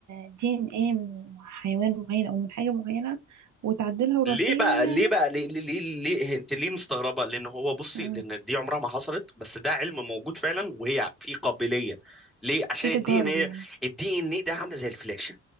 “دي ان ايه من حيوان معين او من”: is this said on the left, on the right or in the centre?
Right